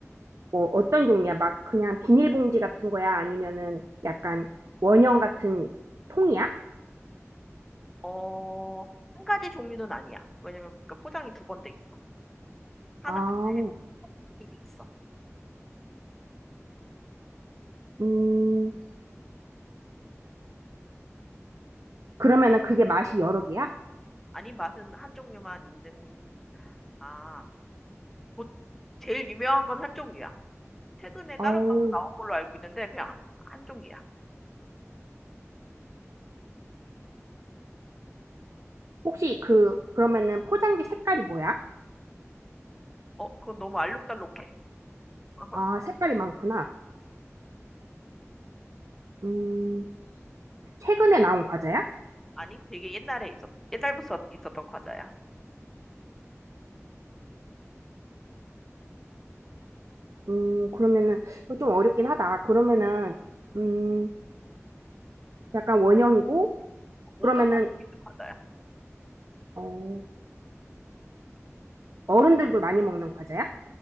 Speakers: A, on the right; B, in the centre.
A: 뭐 어떤 종류야? 막 그냥 비닐봉지 같은 거야? 아니면은 약간 원형 같은 통이야?
B: 어, 한 가지 종류는 아니야. 왜냐면 그 포장이 두 번 돼 있어. 하나,
A: 아,
B: 근데 이게 있어.
A: 음, 그러면은 그게 맛이 여러 개야?
B: 아니, 맛은 한 종류만 있는, 아, 보- 제일 유명한 건 한 종류야. 최근에
A: 어우,
B: 다른 맛도 나온 걸로 알고 있는데, 그냥 한 종류야.
A: 혹시 그, 그러면은 포장지 색깔이 뭐야?
B: 어, 그건 너무 알록달록해. <laughs>
A: 아, 색깔이 많구나. 음, 최근에 나온 과자야?
B: 아니, 되게 옛날에 있었, 옛날부터 있었던 과자야.
A: 음, 그러면은 이거 좀 어렵긴 하다. 그러면은, 음, 약간 원형이고,
B: 모두가
A: 그러면은,
B: 알고 있는 과자야.
A: 어, 어른들도 많이 먹는 과자야?